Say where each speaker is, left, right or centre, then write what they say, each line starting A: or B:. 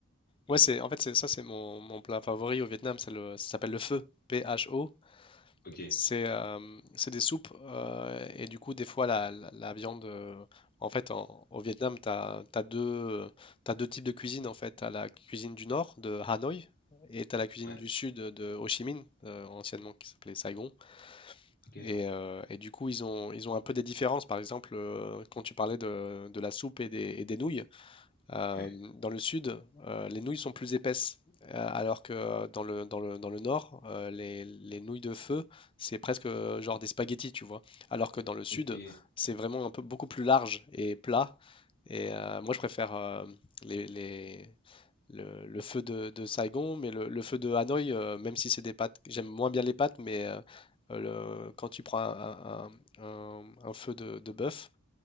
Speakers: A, on the left; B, on the left.
A: Ouais, c'est en fait c'est ça c'est mon, mon plat favori au Vietnam, c'est le ça s'appelle le pho, P-H-O.
B: Ok.
A: C'est euh, c'est des soupes euh, et du coup des fois la, la, la viande euh, en fait en- au Vietnam t'as t'as deux t'as deux types de cuisine en fait, t'as la cuisine du nord de Hanoï et t'as la cuisine
B: Ouais.
A: du sud de Ho Chi Minh euh, anciennement qui s'appelait Saigon
B: Ok.
A: et, euh, et du coup ils ont ils ont un peu des différences par exemple euh, quand tu parlais de, de la soupe et des, et des nouilles euh,
B: Ouais.
A: dans le sud, euh, les nouilles sont plus épaisses, euh, alors que dans le, dans le, dans le nord, euh, les, les nouilles de feu, c'est presque euh, genre des spaghettis, tu vois. Alors que dans le sud,
B: Ok.
A: c'est vraiment un peu beaucoup plus large et plat. Et euh, moi, je préfère euh, les, les- le, le feu de, de Saigon, mais le, le feu de Hanoï, euh, même si c'est des pâtes, j'aime moins bien les pâtes, mais euh, le- quand tu prends un, un- un- un feu de, de bœuf,